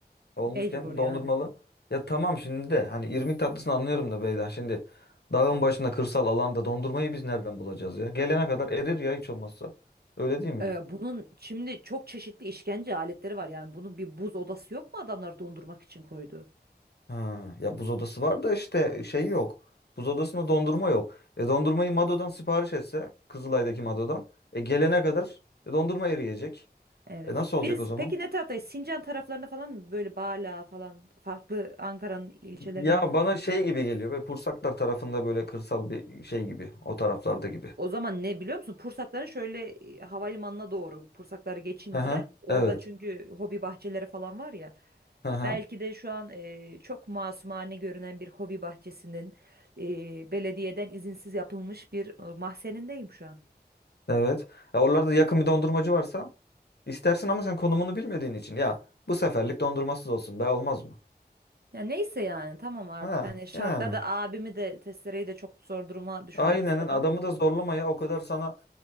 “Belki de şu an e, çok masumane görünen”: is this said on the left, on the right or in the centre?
Right